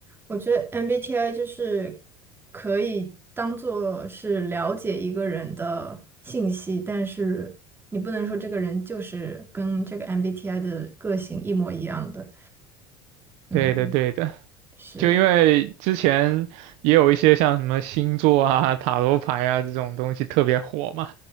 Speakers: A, on the right; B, on the right.
A: 我觉得 MBTI 就是可以当做是了解一个人的信息，但是你不能说这个人就是跟这个 MBTI 的个性一模一样的。嗯，
B: 对的，对的。
A: 是，
B: 就因为之前也有一些像什么星座啊、塔罗牌啊这种东西特别火嘛。